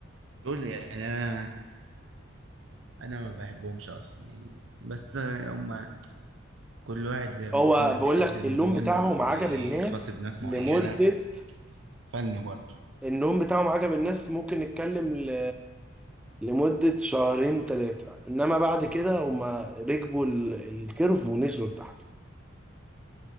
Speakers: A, on the right (about 70°); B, in the centre.
A: دول يعني انا انا ما بحبهمش اصلا يعني بس آه، هما كل واحد زي ما
B: هو
A: قلنا بيقدم
B: بقول لك اللون
A: لون
B: بتاعهم
A: بيخاطب
B: عجب الناس
A: ناس
B: لمده
A: معينة ف- فن برضه
B: النوم بتاعهم عجب الناس ممكن نتكلم ل... لمدة شهرين ثلاثة إنما بعد كده هما ركبوا ال... الكيرف ونزلوا لتحت